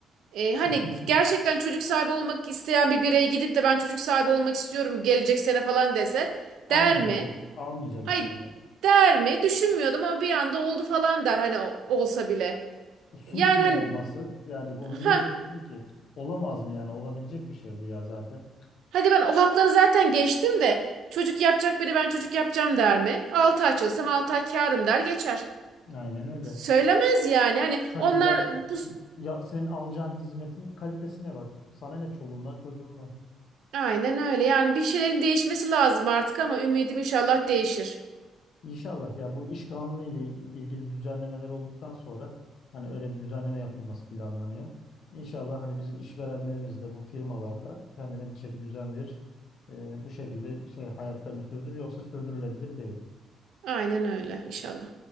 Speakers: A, on the right; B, on the left.
A: E, hani
B: <laughs>
A: gerçekten çocuk sahibi olmak isteyen bir birey gidip de ben çocuk sahibi olmak istiyorum gelecek sene falan dese
B: Almayacak
A: der mi?
B: hiç. Almayacak
A: Hayır
B: hiç o zaman.
A: der mi? Düşünmüyordum ama bir anda oldu falan der hani o- olsa bile.
B: Suç
A: Yani
B: mu
A: hani
B: olması? Yani onu niye
A: ha
B: soruyorsun ki? Olamaz mı yani? Olabilecek bir şey bu ya zaten.
A: Hadi ben o hakları zaten geçtim de çocuk yapacak biri ben çocuk yapacağım der mi? 6 ay çalışsam 6 ay kârım der geçer.
B: Aynen öyle.
A: Söylemez yani. Hani
B: Sen
A: onlar
B: ya,
A: bu
B: ya senin alacağın hizmetin kalitesine bak. Sana ne çoluğundan çocuğundan.
A: aynen öyle. Yani bir şeylerin değişmesi lazım artık ama ümidim inşallah değişir.
B: İnşallah ya bu iş kanunu ile ilgili düzenlemeler olduktan sonra hani öyle bir düzenleme yapılması planlanıyor. İnşallah hani bizim işverenlerimiz de bu firmalarda kendine bir şekilde düzen verir. Ee, bu şekilde şey hayatlarını sürdürür yoksa sürdürülebilir değil.
A: Aynen öyle inşallah.